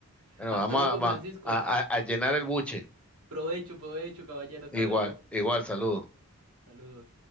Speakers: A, in the centre; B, on the right.
A: bueno,
B: Hasta
A: vamos
B: luego,
A: a, va-
B: Francisco.
A: a, a- a llenar el buche.
B: Provecho, provecho, caballero. Hasta
A: Igual,
B: luego.
A: igual, saludos.
B: Saludos.